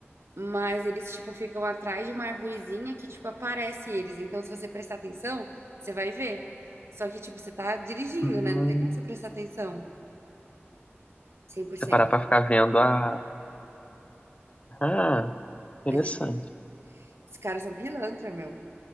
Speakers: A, on the right (about 75°); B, on the left (about 30°).
A: Mas eles, tipo, ficam atrás de uma arvorezinha que, tipo, aparece eles. Então, se você prestar atenção, você vai ver. Só que, tipo, você tá dirigindo,
B: Hum,
A: né? Não tem como você prestar atenção. cem por
B: você
A: cento
B: parar pra ficar vendo a. Ah, interessante.
A: É difícil. Os caras são pilantra, meu.